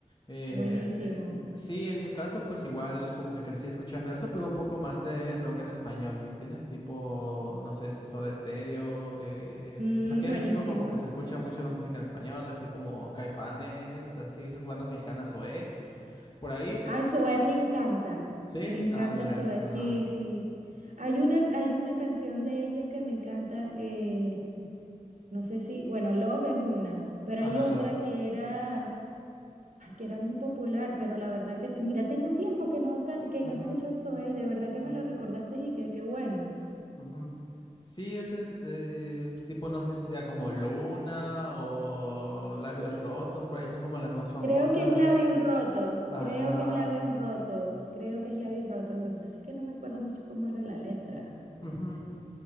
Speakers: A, on the left; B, on the right.
A: Eh,
B: Buenísimo.
A: eh, sí, en mi caso, pues igual como que crecí escuchando eso, pero un poco más de rock en español, ¿me entiendes? Tipo, no sé si Soda Stereo. eh,
B: Mm,
A: pues aquí
B: buenísimo.
A: en México como que se escucha mucho la música en español, así como Caifanes, así esas bandas mexicanas, OE. Por ahí,
B: Ay, Zoé me encanta.
A: ¿sí?
B: Me encanta
A: Ah, mira,
B: Zoé.
A: ajá.
B: Sí, sí. Hay una, hay una canción de ellos que me encanta. eh, No sé si, bueno, Love es una, pero
A: Ajá,
B: hay otra
A: Love.
B: que era, ay, que era muy popular, pero la verdad que, mira, tengo tiempo que no, ca- que no
A: Ujú,
B: escucho Zoe, de verdad que me
A: ujú,
B: lo recordaste y que qué bueno.
A: ujú. Sí, ese es eh, pues, tipo, no sé si sea como Luna o Labios Rotos, por ahí son como las más famosas.
B: Creo que es Labios Rotos,
A: Ajá.
B: creo que es Labios Rotos, creo que es Labios Rotos, lo que pasa es que no me acuerdo mucho cómo era la letra.
A: ujú.